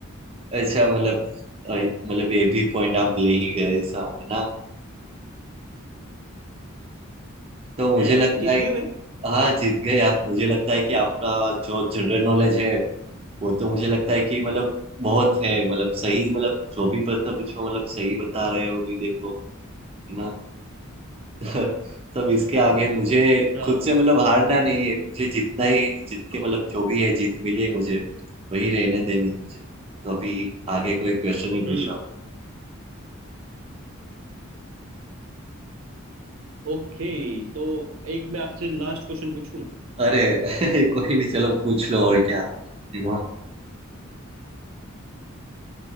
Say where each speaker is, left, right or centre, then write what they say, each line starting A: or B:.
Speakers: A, on the right (about 30°); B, on the right (about 70°).
A: अच्छा मतलब अ, मतलब ये भी पॉइंट आप ले ही गए ऐसा है ना तो मुझे
B: है
A: लगता
B: जीत
A: है
B: गया मैं
A: हाँ जीत गए आप मुझे लगता है कि आपका जो जनरल नॉलेज है वो तो मुझे लगता है कि मतलब बहुत है मतलब सही मतलब जो भी पता पूछो मतलब सही बता रहे हो भी देखो है ना <laughs> तब इसके आगे मुझे
B: हाँ
A: खुद से मतलब हारना नहीं है मुझे जितना ही जीत के मतलब जो भी है जीत मिले मुझे वही रहने देनी है मुझे तो अभी आगे कोई क्वेश्चन ही पूछ
B: हम्म
A: रहा हूँ
B: ओके तो एक मैं आपसे लास्ट क्वेश्चन पूछूं
A: अरे <laughs> कोई नहीं चलो पूछ लो और क्या हाँ,